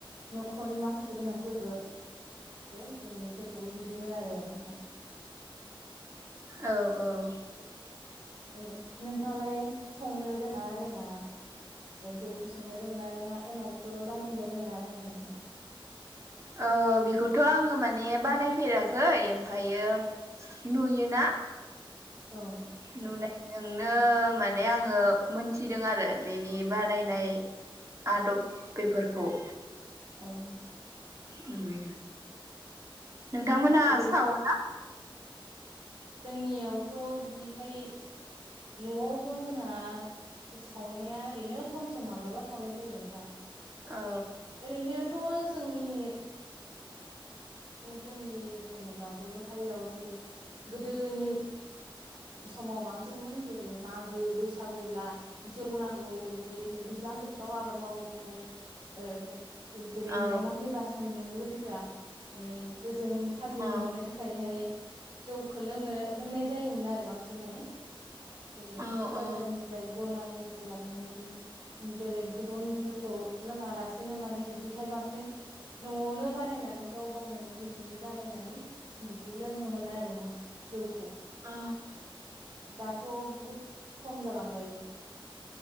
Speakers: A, on the right (about 60°); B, on the right (about 35°).
A: न'खरनि माखासे गोनांफोरबो जेरै ज' बेखौबो बिदिनो आरो नोंथां
B: औ औ
A: औ नोंथाङालाय संनो रोङा रोङा जौखौ संनो रोङोना ना रोङा एमावखौ बानायनो रोङोना ना रोङा नोंथां
B: ओ बेखौथ' आङो माने बानायफेराखै ओमफायो नुयोना
A: औ
B: नुनाय जोंनो माने आङो मोनथिदों आरो बेनि बानायनाय आदब बेफोरखौ
A: औ
B: ओम नोंथांमोना
A: ओरै
B: सावो ना
A: जोंनियावथ' बिदिहाय न'आवथ' जोंहा सावनाया ओरैनो सम सम माब्लाबा सावनाय जायो नोंथां
B: औ
A: ओरैनोथ' जोंनि जोंनि जेनेबा बर' हारियाव जेरै गोदोनि समाव बांसिनमोन जेरै मागो बैसागु्ब्ला जौ नांगौ जेरैहाय नै दैज्लां बोथोराव आबाद मावोबाथाय ओ जेरै
B: औ
A: मेंना फैबा सान्दुंनिबो बा माने गोजोन थाजिम
B: औ
A: मोननो थाखायहाय जौखौ लोंनो लोंनाय जायोमोन आरो आरो बांसिनै जेरै हाथाइ
B: औ
A: बाजारनिफ्राय
B: औ
A: गलानि निफ्राय लाबानै ज बेलेग गुबुनफोरखौ लोङा लासेनो माने बिदिहाय बांसिन न'आवनो बानायनानै गाव गावनो निजिनि बानायनानै बिदि लोङोमोन आरोना जौ
B: अ
A: दाथ' बहुत खम जालांबाय